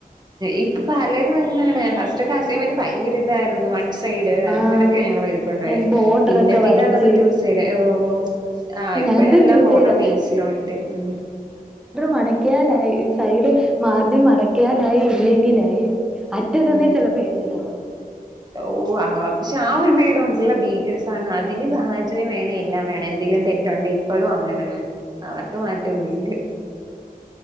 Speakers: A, on the right; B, in the centre.
A: ഇപ്പൊ പലരും അങ്ങനെയാാണ് ഫസ്റ്റ് ഒക്കെ അസൈമറ് ഭയങ്കര ഇതായിരുന്നു സൈഡ്
B: ആഹ്
A: അങ്ങനെയൊക്കെ ഞങ്ങൾ ഇത് കൊണ്ടപ പോയ
B: ബോർഡറൊക്കെ
A: പിന്നെ പിന്നെ
B: വരച്ച്
A: വന്നപ്പോ ടു സൈഡ് ഓ ആഹ ഇപ്പ
B: ഞങ്ങക്കും
A: എല്ലാം
B: ടു
A: ബോർഡർ
B: സൈഡാ
A: പീൻസിലും ഉണ്ട് ഉ
B: മടക്കാലായി സൈഡ് മാർജിൻ മടക്കിയാലായി ഇല്ലെങ്കിലായി അറ്റത്തുന്നേ
A: ഉ
B: ചിലപ്പോ എഴുതി തുടങ്ങും
A: ഓ ആഹ പക്ഷെ ആ ഒരു- ണ്ടല്ല <unintelligible> ഭീകര സാനം അതിന് പാജ വേണ എല്ലാം വേണം എന്തങ്കിലും ഇപ്പോഴും അങ്ങനാണ് അവർക്ക് മാറ്റൊന്നുമല്ല